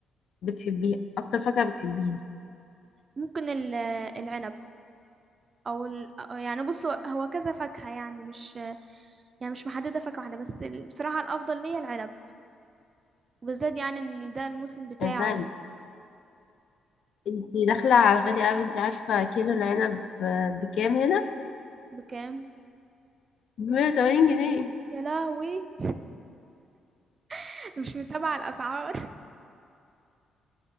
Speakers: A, on the left (about 65°); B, on the right (about 40°).
A: بتحبيها اكتر فاكهة بتحبيها
B: ممكن ال- العنب أو ال... يعني بص هو هو كذا فاكهة يعني مش يعني مش محددة فاكهة واحدة بس ال- بصراحة الأفضل ليا العنب وبالذات يعني إن ده الموسم بتاعه
A: يعني ده انت داخلة على غالي قوي انت عارفة كيلو العنب ب- بكام هنا
B: بكام
A: ب 80 جنيه
B: يا لهوي <laughs> مش متابعة الأسعار